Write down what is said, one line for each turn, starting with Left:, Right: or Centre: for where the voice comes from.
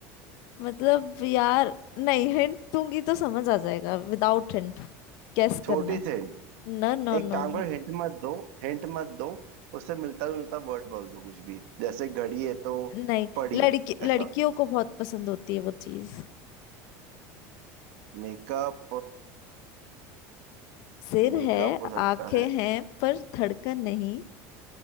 Left: मतलब यार नहीं हिंट दूंगी तो समझ आ जाएगा विदाउट हिंट गेस
Right: छोटी
Left: करना है
Right: सी हिंट
Left: No no
Right: एक
Left: no
Right: काम
Left: no
Right: करो हिंट मत दो हिंट मत दो उससे मिलता जुलता वर्ड बोल दो कुछ भी जैसे घड़ी है तो
Left: नहीं
Right: पड़ी
Left: लड़की
Right: ऐसा
Left: लड़कियों को बहुत पसंद होती है वो चीज
Right: मेकअप
Left: सिर
Right: मेकअप
Left: है
Right: हो सकता
Left: आंखें
Right: है
Left: हैं पर धड़कन नहीं